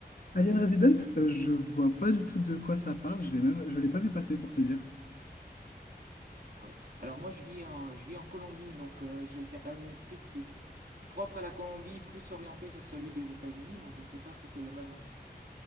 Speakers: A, on the left (about 55°); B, on the right (about 60°).
A: Alien Resident, euh, je vois pas du tout de quoi ça parle. Je l'ai même, je l'ai pas vu passer pour te dire.
B: Ah oui. Alors moi je vis en, je vis en Colombie, donc euh, j'ai le catalogue Netflix qui est propre à la Colombie, plus orienté sur celui des États-Unis, donc je ne sais pas si c'est le même en France.